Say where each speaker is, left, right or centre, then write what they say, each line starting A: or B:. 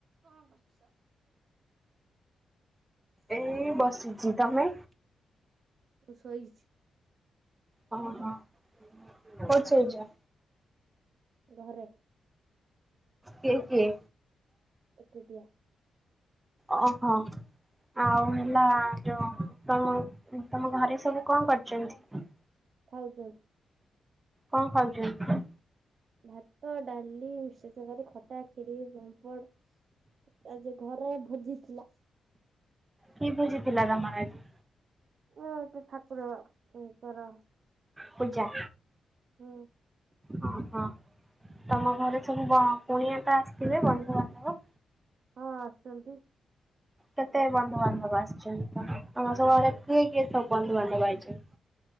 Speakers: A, on the right; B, on the right.
A: କଣ କରୁଛ?
B: ଏଇ ବସିଛି ତମେ?
A: <unintelligible> ଶୋଇଛି।
B: ଓ ହୋ <unintelligible>
A: ଘରେ।
B: କିଏ କିଏ।
A: ଏକୁଟିଆ।
B: ଓହୋ। ଆଉ ହେଲା ଯୋଉ ତମ ତମ ଘରେ ସବୁ କଣ କରିଛନ୍ତି।
A: ଖାଉଛନ୍ତି।
B: କଣ ଖାଉଛନ୍ତି?
A: ଭାତ ଡ଼ାଲି ମିଶ୍ଚର୍ ତରକାରୀ ଖଟା ଖିରି ପାମ୍ପଡ଼। ଆଜି ଘରେ ଭୋଜି ଥିଲା।
B: କି ଭୋଜି ଥିଲା ତମର ଆଜି?
A: <unintelligible> ଠାକୁରଙ୍କର କରା
B: ପୂଜା।
A: ହଁ।
B: ହଁ ହଁ ତମ ଘରେ ସବୁ ବ କୁଣିଆ ତ ଆସିଥିବେ ବନ୍ଧୁବାନ୍ଧବ?
A: ହଁ ଆସଚନ୍ତି।
B: କେତେ ବନ୍ଧୁବାନ୍ଧବ ଆସିଚନ୍ତି ତମର ସବୁ ଘରେ କିଏ କିଏ ସବୁ ବନ୍ଧୁବାନ୍ଧବ ଆଇଚନ୍ତି।